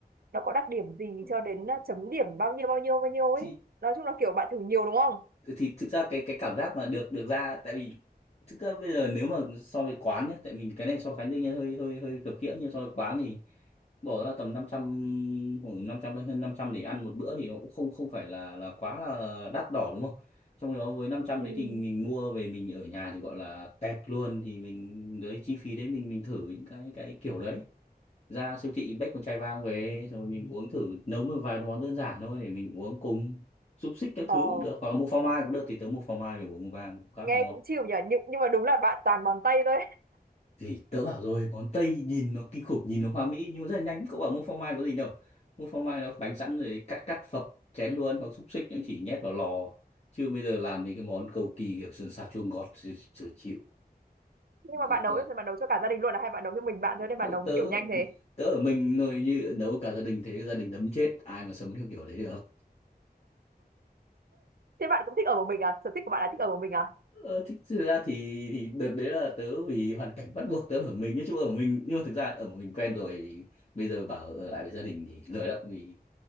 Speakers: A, on the right; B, on the left.
A: nó có đặc điểm gì
B: Ừ.
A: cho đến uh, chấm điểm bao nhiêu bao nhiêu bao nhiêu ấy
B: thì
A: nói chung là kiểu bạn thử nhiều đúng không
B: thì, thì thực ra cái cái cảm giác mà được được ra tại vì thực ra bây giờ nếu mà so với quán nhá tại mình cái này so sánh đương nhiên hơi hơi hơi khập khiễng nhưng so với quán thì bỏ ra tầm năm trăm khoảng 500 đến hơn 500 để ăn một bữa thì nó cũng không không phải là là quá là đắt đỏ đúng không trong khi đó với năm trăm
A: Ừ.
B: đấy thì mình mua về mình ở nhà thì gọi là tẹt luôn thì mình đấy chi phí đấy mình mình thử những cái cái kiểu đấy ra siêu thị xách một chai vang về rồi mình uống thử nấu một vài món đơn giản thôi để mình uống cùng xúc xích các
A: ờ
B: thứ cũng được hoặc mua phô mai cũng được thì tớ mua phô mai về uống vang cũng khá là
A: nghe
B: ngon
A: cũng chịu nhỉ nhưng nhưng mà đúng là bạn toàn bằng tay thôi <laughs>
B: thì tớ bảo rồi món Tây nhìn nó kinh khủng nhìn nó hoa mỹ nhưng mà rất là nhanh cậu bảo mua phô mai có gì đâu mua phô mai nó bánh sẵn rồi cắt cắt phập chén luôn hoặc xúc xích cũng chỉ nhét vào lò chứ bây giờ làm mấy cái món cầu kỳ kiểu sườn xào chua ngọt thì chừa chịu
A: nhưng mà
B: có,
A: bạn nấu
B: có,
A: thì bạn nấu cho cả gia đình luôn à hay bạn nấu cho mình bạn thôi nên
B: có
A: bạn nấu
B: tớ
A: kiểu nhanh thế
B: tớ ở mình rồi như nấu cả gia đình thế gia đình đấm chết ai mà sống theo kiểu đấy được
A: thế bạn cũng thích ở một mình à sở thích của bạn là thích ở một mình à
B: Ờ, thích thực ra thì, thì đợt đấy là tớ vì hoàn cảnh bắt buộc tớ ở mình nói chung ở mình nhưng mà thực ra ở một mình quen rồi bây giờ bảo ở lại với gia đình thì lười lắm vì